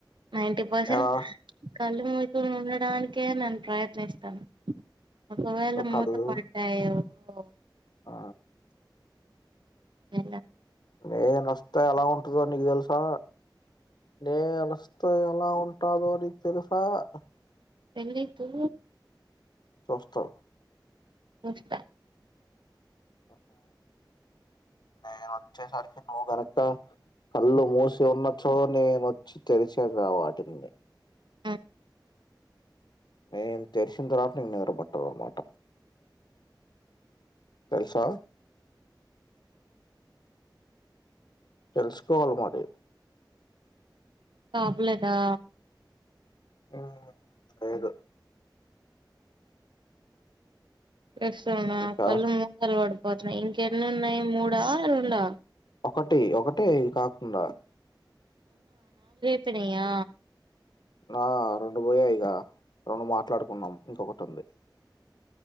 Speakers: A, on the right (about 75°); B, on the left (about 60°).
A: నైన్టి పర్సెంట్
B: ఎలా
A: కళ్ళు ము ఉండడానికే నేను ప్రయత్నిస్తాను ఒకవేళ
B: నువ్వు
A: మూత
B: కళ్ళు
A: పడ్డాయ ఆ
B: ఆ
A: ఇ
B: నేను వస్తా ఎలా ఉంటుందో నీకు తెలుసా నే వేస్తే ఎలా ఉంటాదో నీకు తెలుస స
A: తేలీదు
B: చూస్తావు
A: ఇస్తా
B: బసా నేను వచ్చేసరికి నువ్వు కనుక కళ్ళు మూసి ఉన్న చో నేనొచ్చి తెరిచింది రా వాటిని
A: ఆ
B: నేను తెలిసిన తర్వాత నీను నిద్ర పట్టదు అన్నమాట తెలుసా తెలుసుకొవాలి మరి
A: కాబ్లెదా
B: ఉమ్ లేదు
A: లేస్తున్నా
B: ఇంకా
A: కళ్ళు మూసుకొన్ పడు పోతునాయి ఇంక ఎన్ని ఉన్నాయి మూడా రెండా
B: ఒకటి ఒకటే కాకుండ
A: తివిినయా
B: ఆ రెండు పోయాయిక రెండు మాట్లాడుకున్నాం ఇంకొకటి ఉంది